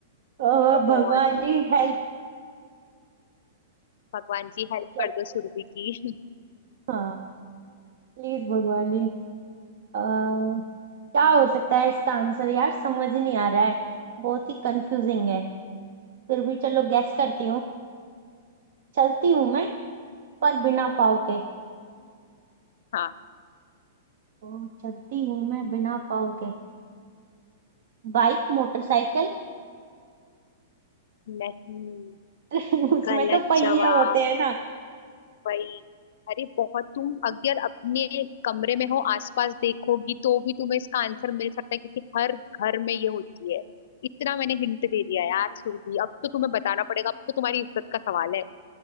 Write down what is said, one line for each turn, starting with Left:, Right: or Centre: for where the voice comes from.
Right: अ,
Left: ये तो बहुत
Right: भगवान
Left: easy।
Right: जी हेल्प
Left: भगवान जी हेल्प
Right: चलती
Left: कर दो सुरभि की
Right: हाँ प्लीज भगवान जी अ, क्या हो सकता है इसका आंसर यार समझ ही नहीं आ रहा है बहुत ही कंफ्यूजिंग है फिर भी चलो गैस करती हूँ चलती हूँ मैं पर बिना पाँव के
Left: <laughs> हाँ
Right: ओ, चलती हूँ मैं बिना पाँव के बाइक मोटरसाइकिल
Left: नहीं
Right: <laughs> उसमें
Left: गलत
Right: तो पहिए
Left: जवाब
Right: होते हैं ना
Left: वही अरे बहुत तुम अगर अपने कमरे में हो आसपास देखोगी तो भी तुम्हें इसका आंसर मिल सकता है क्योंकि हर घर में ये होती है इतना मैंने हिंट दे दिया यार सुरभि अब तो तुम्हें बताना पड़ेगा अब तो तुम्हारी इज्जत का सवाल है